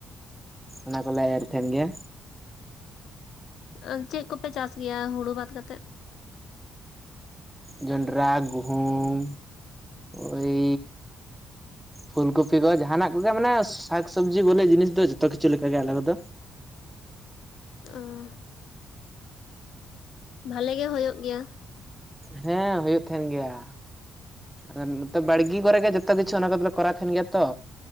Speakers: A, in the centre; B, on the left.
A: ᱚᱱᱟ ᱠᱚᱞᱮ ᱮᱨ ᱛᱟᱦᱮᱸᱱ ᱜᱮᱭᱟ,
B: ᱚ ᱪᱮᱫ ᱠᱚᱯᱮ ᱪᱟᱥ ᱜᱮᱭᱟ ᱦᱩᱲᱩ ᱵᱟᱫ ᱠᱟᱛᱮᱫ?
A: ᱡᱚᱱᱰᱨᱟ ᱜᱩᱦᱩᱢ ᱳᱭᱼᱼ ᱯᱷᱩᱞ ᱠᱚᱯᱤ ᱠᱚ ᱡᱟᱦᱟᱱᱟᱜ ᱠᱚᱜᱮ ᱢᱟᱱᱮ ᱥᱟᱠ ᱥᱚᱵᱽᱡᱤ ᱵᱚᱞᱮ ᱡᱤᱱᱤᱥ ᱫᱚ ᱡᱚᱛᱚ ᱠᱤᱪᱷᱩ ᱞᱮᱠᱟᱜᱮ ᱟᱞᱮ ᱨᱮ ᱫᱚᱼᱼ
B: ᱟᱸᱻ ᱵᱷᱟᱞᱮ ᱜᱮ ᱦᱳᱭᱳᱜ ᱜᱮᱭᱟ,
A: ᱦᱮᱸ ᱦᱩᱭᱩᱜ ᱛᱟᱦᱮᱸᱱ ᱜᱮᱭᱟ, ᱟᱨ ᱱᱚᱛᱮ ᱵᱟᱲᱜᱤ ᱠᱚᱨᱮᱜ ᱜᱮ ᱡᱚᱛᱚ ᱠᱤᱪᱷᱩ ᱚᱱᱟ ᱠᱚᱫᱚᱞᱮ ᱠᱚᱟᱣ ᱛᱟᱦᱮᱸᱱ ᱜᱮᱭᱟ ᱛᱚ,